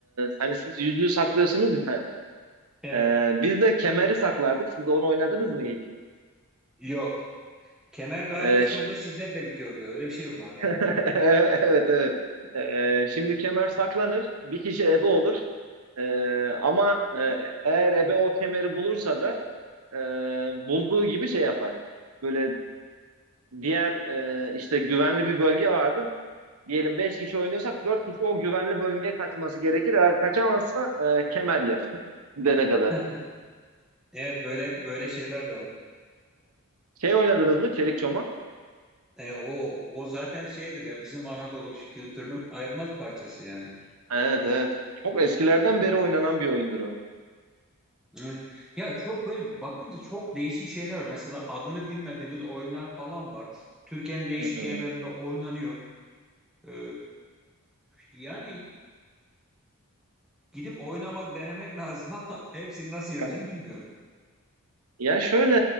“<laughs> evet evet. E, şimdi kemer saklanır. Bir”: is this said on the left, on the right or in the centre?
Right